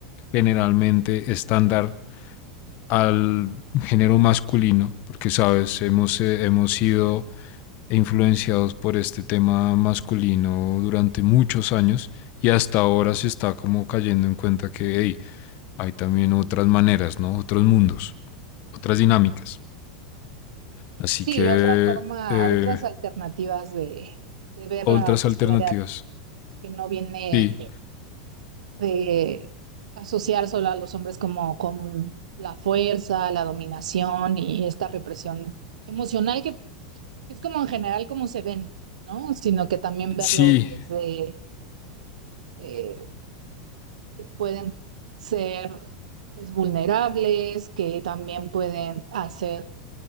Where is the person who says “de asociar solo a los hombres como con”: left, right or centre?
Right